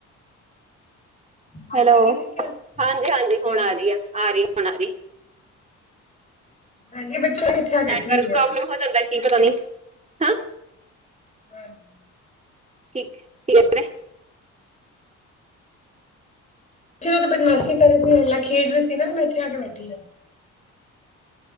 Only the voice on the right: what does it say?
ਹੈਲੋ,
ਹਾਂਜੀ-ਹਾਂਜੀ
ਹੁਣ ਆ ਰਹੀ ਆ, ਆ ਰਹੀ ਹੁਣ ਆ ਰਹੀ
ਨੈਟਵਰਕ
ਪ੍ਰੋਬਲਮ
ਹੋ ਜਾਂਦਾ ਕੀ ਪਤਾ ਨੀ, ਹੈ
ਕਿੱਕ ਕੀ ਕਹਿੰਦੇ